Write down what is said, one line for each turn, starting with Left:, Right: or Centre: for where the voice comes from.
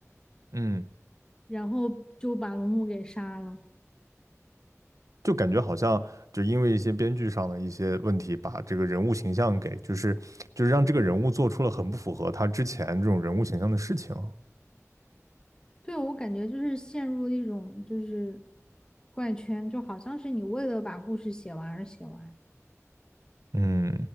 Right: 嗯
Left: 然后就把龙母给杀了。
Right: 就感觉好像就因为一些编剧上的一些问题，把这个人物形象给就是就是让这个人物做出了很不符合他之前这种人物形象的事情。
Left: 对，我感觉就是陷入了一种就是怪圈，就好像是你为了把故事写完而写完。
Right: 嗯，